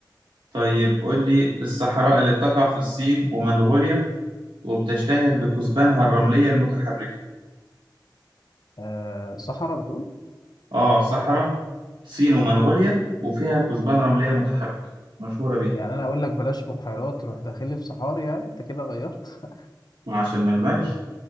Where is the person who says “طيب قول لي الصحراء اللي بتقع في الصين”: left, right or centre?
Right